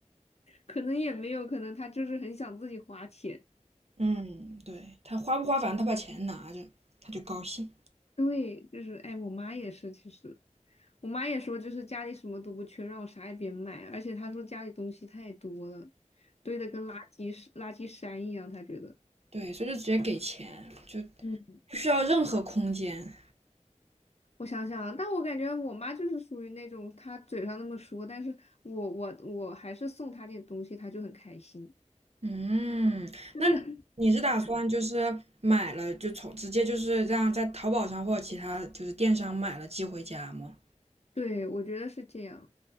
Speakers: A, on the left; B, on the right.
A: 可能也没有，可能他就是很想自己花钱。
B: 嗯，对，他花不花反正他把钱拿着他就高兴，
A: 对，就是哎，我妈也是，其实我妈也说，就是家里什么都不缺，让我啥也别买，而且她说家里东西太多了，堆的跟垃圾是垃圾山一样，她觉得。
B: 对，所以就直接给钱，就
A: 嗯，
B: 不需要任何空间。
A: 我想想啊，但我感觉我妈就是属于那种，她嘴上那么说，但是我我我还是送她点东西，她就很开心。
B: 嗯，
A: 就是
B: 那你是打算就是买了就从直接就是这样在淘宝上或其他就是电商买了寄回家吗？
A: <laughs> 对，我觉得是这样。